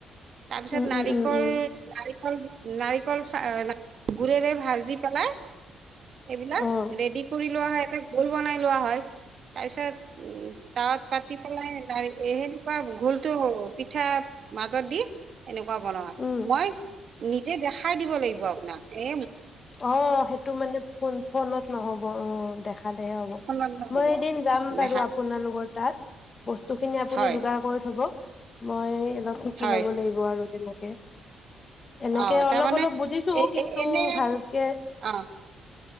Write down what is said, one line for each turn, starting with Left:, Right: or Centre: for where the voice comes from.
Right: তাৰপিছত
Left: উম
Right: নাৰিকল
Left: উম উম উম
Right: নাৰি অ, নাৰিকল, অ গু়ৰেৰে ভাল ভাজি পেলাই সেইবিলাক
Left: অ
Right: ৰেডি কৰি লোৱা হয়। এটা ঘোল বনাই লোৱা হয়। তাৰ পিছত উম তাত পাতি পেলাই এ সেনেকুৱা ঘোলটো পিঠা মাজত দি এনেকুৱা বনোৱা
Left: উম,
Right: মই নিজে দেখাই দিব লাগিব আপোনাক এ
Left: অ সেইটো মানে ফোন ফোনত নহ'ব অ দেখা লেহে হ'ব
Right: ফোনত নহ'ব
Left: মই এদিন যাম বাৰু
Right: দেখাত
Left: আপোনালোকৰ তাত বস্তু খিনি আপুনি
Right: হয়
Left: যোগাৰ কৰি থব মই অলপ শিকি
Right: হয়
Left: ল'ব লাগিব আৰু তেনে কে এনেকে
Right: অ তাৰমানে
Left: অলপ অলপ বুজিছো
Right: এ
Left: কিন্তু
Right: এ এনে
Left: ভালকে
Right: অ